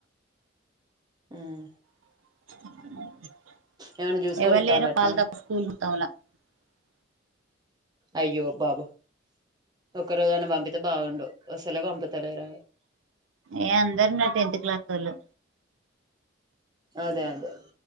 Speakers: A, on the right; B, on the right.
A: హ్మ్మ్
B: <unintelligible>
A: ఏమన్నా చూసుకొని ఇత్తాలటన అయ్యో బాబో ఒక రోజు అన్న పంపితే బాగుండు అసలే పంపుతలేరాయే
B: ఏ అందరు నా టెన్త్ క్లాసొళ్ళు
A: అదే అదే